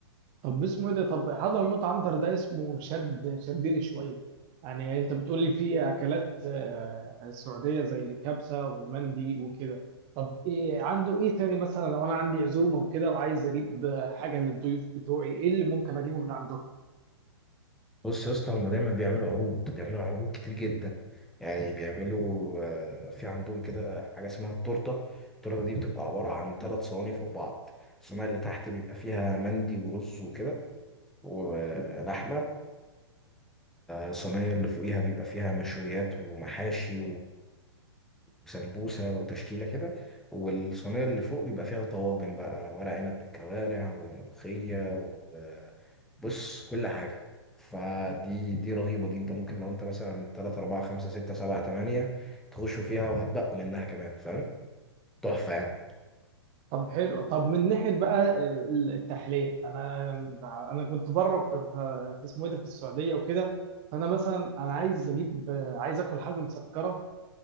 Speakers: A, on the right (about 30°); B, in the centre.
A: طب اسمه ايه ده طب حضرموت عنتر ده اسمه شد شدني شويه يعني انت بتقولي في اكلات آه، سعوديه زي الكبسه والمندي وكده طب ايه عنده ايه تاني مثلا لو انا عندي عزومه وكده وعايز اجيب آه، حاجه للضيوف بتوعي ايه اللي ممكن اجيبه من عندهم
B: بص يا اسطى هما دايما بيعملوا عروض بيعملوا عروض كتير جدا يعني بيعملوا آه، في عندهم كده حاجه اسمها التورته التورته دي بتبقى عباره عن ثلاث صواني فوق بعض الصينيه اللي تحت بيبقى فيها مندي ورز وكده ولحمه الصينيه اللي فوقيها بيبقى فيها مشويات ومحاشي وسمبوسة وتشكيلة كده والصينية اللي فوق بيبقى فيها طواجن بقى ورق عنب بالكوارع وملوخية و... آه، بص كل حاجة فدي دي رهيبة دي انت ممكن لو انت مثلا 3 4 5 6 7 8 تخشوا فيها وهتبقوا منها كمان فاهم تحفة يعني
A: طب حلو طب من ناحيه بقى ال- التحليه انا انا كنت بره في في في اسمه ايه ده في السعوديه وكده فانا مثلا انا عايز اجيب آه، عايز اكل حاجه مسكره